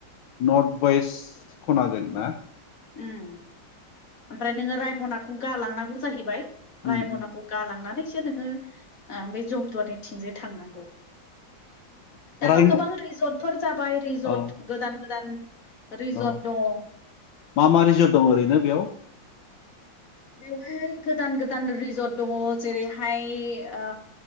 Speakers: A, on the left (about 75°); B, on the left (about 45°).
A: नर्थ वेस्ट खनाजों ना
B: ओम ओमफ्राय नोङो रायमनाखौ गालांनांगौ जाहैबाय
A: उम
B: रायमनाखौ
A: उम
B: गालांनानै से नोङो बे जमदुवारनि थिंजाय थांनांगौ दाथ'
A: रायम
B: गोबां रिजर्टफोर जाबाय रिजर्ट
A: औ
B: गोदान गोदान रिजर्ट
A: औ
B: दं
A: मा मा रिजर्ट दं ओरैनो बेयाव
B: बेवहाय गोदान गोदान रिजर्ट दङ जेरैहाय आ